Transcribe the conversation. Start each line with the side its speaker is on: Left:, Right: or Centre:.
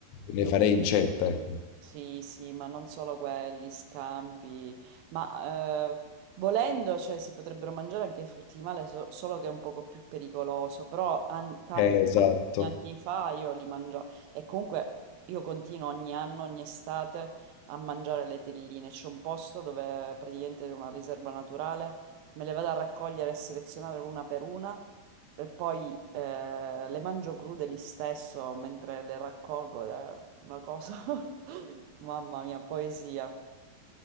Right: io
Left: ne farei incetta. ecco.
Right: Sì, sì, ma non solo quelli, scampi, ma eh, volendo, cioè, si potrebbero mangiare anche i frutti di male, so- solo che è un poco più pericoloso, però an- tantissimi
Left: Eh, esatto.
Right: anni fa io li mangiavo e comunque io continuo ogni anno, ogni estate a mangiare le telline, c'è un posto dove praticamente è una riserva naturale, me le vado a raccogliere e selezionare una per una e poi eh, le mangio crude lì stesso mentre le raccolgo ed è una cosa, <laughs> mamma mia, poesia.